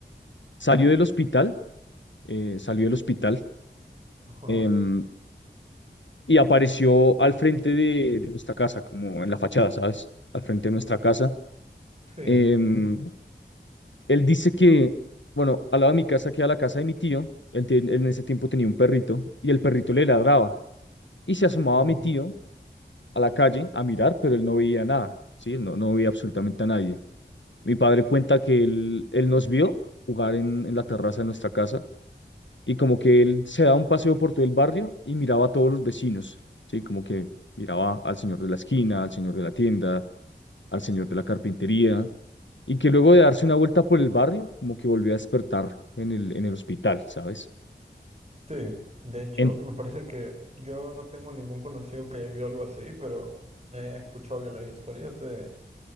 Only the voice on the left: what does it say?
salió del hospital, eh, salió del hospital
em, y apareció al frente de, de nuestra casa, como en la fachada, ¿sabes? Al frente de nuestra casa.
em, Él dice que, bueno, al lado de mi casa queda la casa de mi tío. Él, tien- él en ese tiempo tenía un perrito y el perrito le ladraba y se asomaba
a mi tío a la calle a mirar, pero él no veía nada, ¿sí? Él no, no veía absolutamente a nadie. Mi padre cuenta que él, él nos vio jugar en, en la terraza de nuestra casa y como que él se daba un paseo por todo el barrio y miraba a todos los vecinos, ¿sí? Como que miraba al señor de la esquina, al señor de la tienda, al señor de la carpintería y que luego de darse una vuelta por el barrio, como que volvió a despertar en el, en el hospital, ¿sabes?
En,